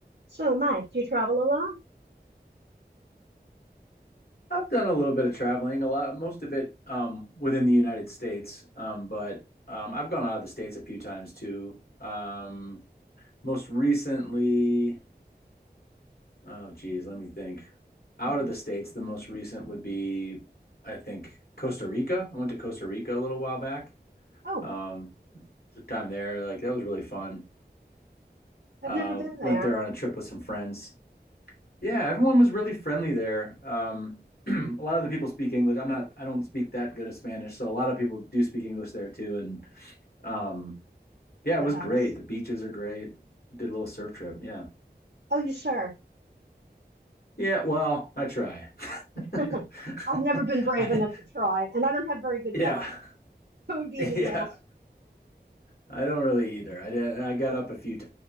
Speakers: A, on the right; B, on the left.
A: So, Mike, do you travel a lot?
B: I've done a little bit of traveling, a lot, most of it um, within the United States, um, but um, I've gone out of the States a few times too. Um, most recently, oh geez, let me think. Out
A: <laughs>
B: of the States, the most recent would be, I think, Costa Rica. I went to Costa Rica a little while back.
A: Oh,
B: Um, the time there, like that was really fun.
A: I've
B: Uh,
A: never been there.
B: went there on a trip with some friends, Yeah, everyone was really friendly there. Um, <clears throat> a lot of the people speak English. I'm not, I don't speak that good of Spanish, so a lot of people do speak English there too. And um, yeah,
A: That
B: it was
A: helps.
B: great. The beaches are great. Did a little surf trip. Yeah.
A: Oh, you sure?
B: Yeah, well, I try. <laughs>
A: <laughs> I've never been brave
B: I,
A: enough to try, and I don't have very good
B: yeah.
A: balance.
B: <laughs>
A: <laughs> It would be
B: Yeah.
A: a disaster.
B: I don't really either. I did, I got up a few